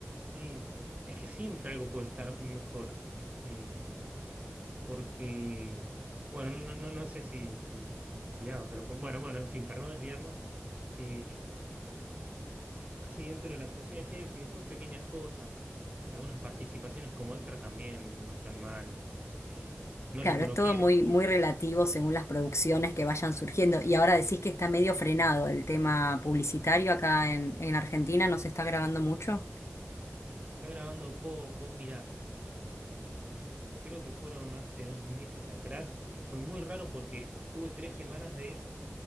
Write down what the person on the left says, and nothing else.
claro,
es todo
muy,
muy
relativo según las producciones que vayan surgiendo. Y ahora decís que está medio frenado el tema publicitario acá en, en Argentina, ¿no se está grabando mucho?